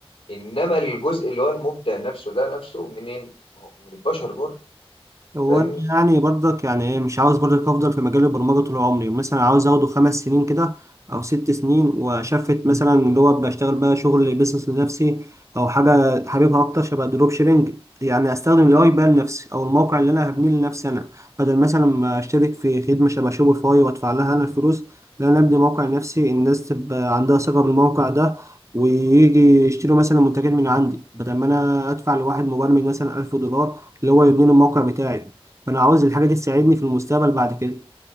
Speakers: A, on the left; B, on the right.
A: انما الجزء اللي هو المبدع نفسه ده نفسه منين ما هو من البشر برضه
B: هو
A: فاهمني
B: انا يعني برضك يعني ايه مش عاوز برضك افضل في مجال البرمجه طول عمري مثلا عاوز اخده خمس سنين كده او ست سنين واشفت مثلا اللي هو بشتغل بقى شغل بيزنس لنفسي او حاجه حاببها اكتر شبه الدروب شيبنج يعني استخدم الاي بقى لنفسي او الموقع اللي انا هبنيه لنفسي انا بدل مثلا ما اشترك في خدمه شبه شوبيفاي وادفع لها انا الفلوس لا انا ابني موقع لنفسي الناس تبقى عندها ثقه بالموقع ده ويجي يشتروا مثلا منتجات من عندي بدل ما انا ادفع لواحد مبرمج مثلا 1000 دولار اللي هو يبني لي الموقع بتاعي فانا عاوز الحاجه دي تساعدني في المستقبل بعد كده